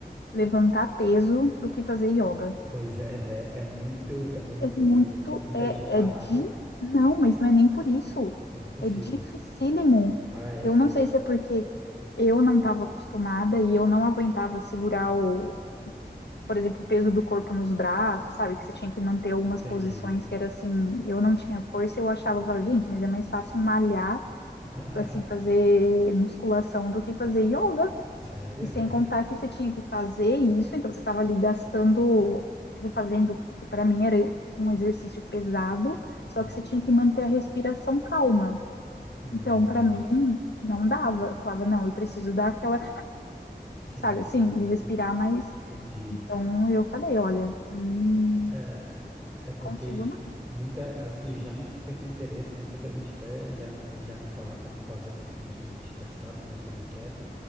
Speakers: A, on the left; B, on the right.
A: levantar peso do que fazer yoga,
B: Pois é, né? É muito. Eu também não
A: é
B: consigo.
A: muito,
B: Eu sou muito
A: é,
B: agitado.
A: é de, não, mas não é nem por isso.
B: Eu não consigo.
A: É dificílimo.
B: Ah, é?
A: Eu não
B: Você...
A: sei se é porque eu não estava acostumada e eu não aguentava segurar o, por exemplo, o peso do corpo nos braços, sabe? Que você tinha que manter algumas
B: Entendi.
A: posições que era assim, eu não tinha força, eu achava, eu falava, gente, mas é mais fácil malhar,
B: <laughs>
A: assim, fazer musculação do que fazer yoga.
B: Sério?
A: E sem
B: <laughs>
A: contar que você tinha que fazer isso, então você estava ali gastando, tipo, fazendo, que para mim era um exercício pesado, só
B: Sim.
A: que você tinha que manter a respiração calma.
B: Ah,
A: Então, para mim, não dava. Eu falava, não, eu preciso dar aquela,
B: sim,
A: sabe, assim,
B: sim,
A: respirar mais.
B: entendi.
A: Então, eu falei, olha, hum,
B: É, É porque
A: consigo nada.
B: muita, assim, já me despertou interesse, né? Muita gente até já, eh, já me falaram para mim fazer, porque como eu sou muito estressado, né? Sou inquieto,